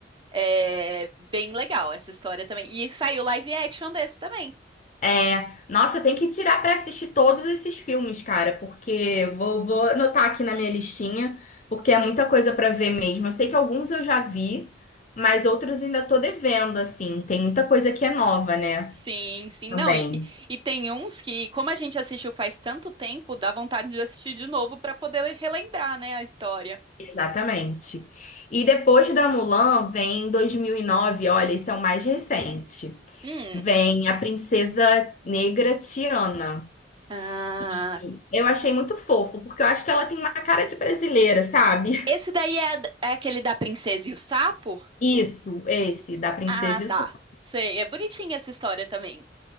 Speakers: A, on the right; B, on the left.
A: é bem legal essa história também. E saiu live action desse também.
B: É, nossa, eu tenho que tirar pra assistir todos esses filmes, cara, porque eu vou, vou anotar aqui na minha listinha, porque é muita coisa pra ver mesmo. Eu sei que alguns eu já vi, mas outros ainda tô devendo, assim. Tem muita coisa que é nova, né?
A: Sim, sim.
B: Também.
A: Não, e, e e tem uns que, como a gente assistiu faz tanto tempo, dá vontade de assistir de novo pra poder le- relembrar, né, a história.
B: Exatamente. E depois da Mulan vem 2009. olha, esse é o mais recente.
A: Hum.
B: Vem A Princesa Negra Tiana.
A: Ah,
B: E eu achei muito fofo, porque eu acho que ela tem uma cara de brasileira, sabe?
A: esse daí é, a- é aquele da Princesa e o Sapo?
B: Isso, esse, da Princesa
A: Ah,
B: e
A: tá.
B: o Sapo.
A: Sei, é bonitinha essa história também.